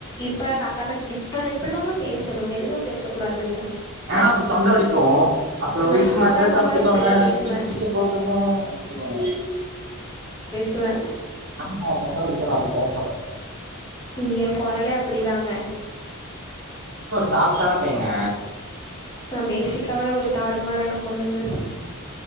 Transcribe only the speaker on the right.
ஆ அப்ப தொண்ட வலிக்கு அப்பறோ
விக்ஸ்
மாத்திர சாப்பிட்டுக்கோங்க
கீச் கிச்ச போக்குங்க அப்டி சொல்லுவாங்க
ஆம்மா தொண்டவடுத்தா அப்டி பேச மாட்டா
சாப்ட்டான பைய்யங்க